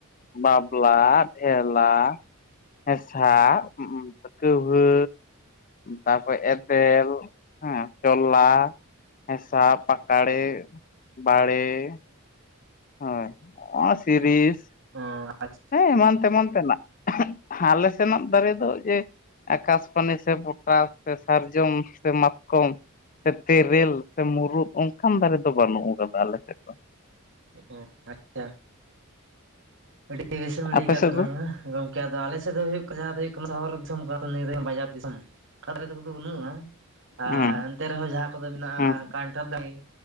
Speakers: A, on the left; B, on the right.
A: ᱵᱟᱵᱞᱟ ᱴᱷᱮᱞᱟ ᱦᱮᱸᱥᱟᱜ ᱠᱟᱹᱣᱦᱟᱹ ᱛᱟᱯᱚᱨ ᱮᱫᱮᱞ ᱦᱮᱸ ᱪᱚᱞᱞᱟ ᱦᱮᱸᱥᱟᱜ ᱯᱟᱠᱟᱲᱮ ᱵᱟᱲᱮᱸ ᱦᱳᱭ ᱚ ᱥᱤᱸᱨᱤᱥ
B: ᱚ ᱟᱪᱪᱷᱟ
A: ᱦᱮᱸ ᱮᱢᱟᱱ ᱛᱮᱢᱟᱱ ᱛᱮᱱᱟᱜ ᱟᱞᱮ ᱥᱮᱱᱟᱜ ᱫᱟᱨᱮ ᱫᱚ ᱡᱮ ᱟᱠᱟᱥ ᱯᱟᱱᱤ ᱥᱮ ᱯᱚᱴᱟᱥ ᱥᱮ ᱥᱟᱨᱡᱚᱢ ᱥᱮ ᱢᱟᱛᱠᱚᱢ ᱥᱮ ᱛᱮᱸᱨᱮᱞ ᱥᱮ ᱢᱩᱨᱩᱫ ᱚᱱᱠᱟᱱ ᱫᱟᱨᱮ ᱫᱚ ᱵᱟᱹᱱᱩᱜ ᱟᱠᱟᱫᱟ ᱟᱞᱮ ᱥᱮᱫ ᱫᱚ᱾
B: ᱚ ᱟᱪᱪᱷᱟ ᱟᱹᱰᱤ ᱵᱮᱥᱮᱢ ᱞᱟᱹᱭ
A: ᱟᱯᱮ
B: ᱠᱫ
A: ᱥᱮᱫ
B: ᱛᱟᱞᱟᱝᱼᱟ
A: ᱫᱚ
B: ᱜᱚᱝᱠᱼᱼ ᱟᱞᱮ ᱥᱮᱫ ᱫᱚ ᱦᱩᱭᱩᱜ ᱠᱟᱱᱟ ᱡᱟᱦᱟᱸ ᱫᱚ ᱦᱩᱭᱩᱜ ᱠᱟᱱᱟ ᱥᱚᱦᱚᱨ ᱫᱤᱥᱚᱢ ᱱᱤᱭᱟᱹ ᱵᱟᱡᱟᱨ ᱫᱤᱥᱚᱢ᱾ ᱚ ᱠᱟᱫᱨᱮ ᱛᱟᱠᱚᱫᱚ ᱵᱟᱹᱱᱩᱜᱼᱟ ᱟᱨ
A: ᱦᱩᱸ
B: ᱮᱱᱛᱮ ᱨᱮᱦᱚᱸ ᱡᱟᱦᱟᱸ ᱠᱚᱫᱚ ᱢᱮᱱᱟᱜᱼᱟ
A: ᱦᱩᱸ
B: ᱠᱟᱱᱴᱷᱟᱲ ᱫᱟᱨᱮ